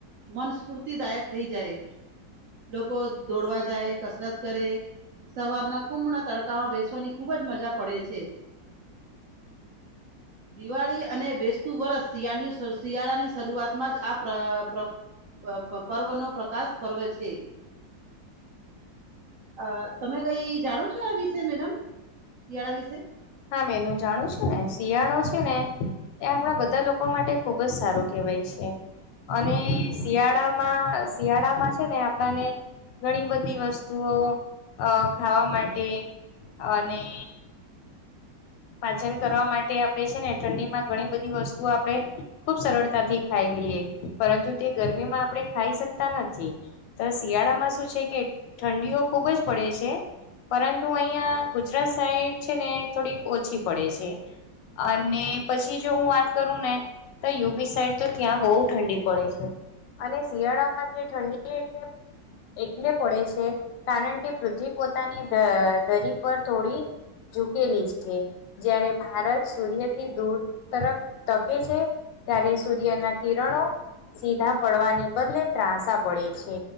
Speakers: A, on the right (about 70°); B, on the left (about 90°).
A: મનસ્ફૂર્તિદાયક થઈ જાય લોકો દોડવા જાય કસરત કરે સવારના કુણાના તડકામાં બેસવાની ખૂબ જ મજા પડે છે દિવાળી અને બેસતું વરષ શળની શિયાળાની શરૂઆત માં જ આ પર્વ નો પ્રકાશ પર્વે છે અ તમે કઈ જાણો છો આ વિશે મેડમ શિયાળા વિશે
B: હા બેન જાણું છું ને શિયાળો છે ને એ આપણા બધા લોકો માટે ખુબ જ સારું કહેવાય છે અને શિયાળામાં શિયાળામાં છે ને આપણાને ઘણી બધી વસ્તુઓ અ ખાવા માટે અને પાચન કરવા માટે આપણેે છે ને ઠંડી માં ઘણી બધી વસ્તુઓ આપણેે ખુબ સરળતાથી ખાઈ લઈએ પરંતુ તે ગરમીમાં આપણે ખાઈ શકતા નથી તો શિયાળામાં શું છે કે ઠંડીઓ ખુબ જ પડે છે પરંતુ અહિયાં ગુજરાત સાઈડ છે ને થોડીક ઓછી પડે છે અને પછી જો હું વાત કરું ને તો યુપી સાઈડ તો ત્યાં બહુ ઠંડી પડે છે અને શિયાળામાં જે ઠંડી એટલે એટલે પડે છે કારણ કે પૃથ્વી પોતાની દરી પર થોડી ઝૂકેલી છે જ્યારે ભારત સૂર્યથી દૂર તરફ તકે છે ત્યારે સૂર્યના કિરણો સીધા પડવાને બદલે ત્રાાસ પડે છે